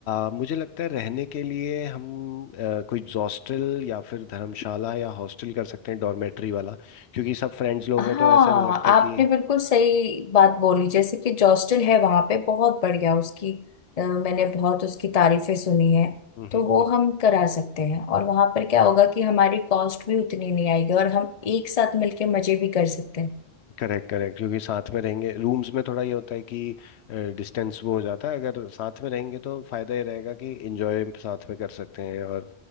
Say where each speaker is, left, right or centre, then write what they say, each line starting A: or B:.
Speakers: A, on the left; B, on the left.
A: अ, मुझे लगता है रहने के लिए हम अ, कोई हॉस्टल या फिर धर्मशाला या हॉस्टल कर सकते हैं डॉर्मेट्री वाला क्योंकि सब फ्रेंड्स लोग
B: हाँ
A: हैं तो ऐसा नहीं लगता
B: आपने
A: कि
B: बिल्कुल सही बात बोली जैसे कि जॉस्टल है वहां पे बहुत बढ़िया उसकी अ, मैंने बहुत उसकी तारीफें सुनी है
A: हम्म
B: तो वो हम करा सकते हैं और वहां पर क्या होगा कि हमारी कॉस्ट भी उतनी नहीं आएगी और हम एक साथ मिलके मजे भी कर सकते हैं
A: करेक्ट करेक्ट क्योंकि साथ में रहेंगे रूम्स में थोड़ा ये होता है कि डिस्टेंस वो हो जाता है अगर साथ में रहेंगे तो फायदा ये रहेगा कि एंजॉय साथ में कर सकते हैं और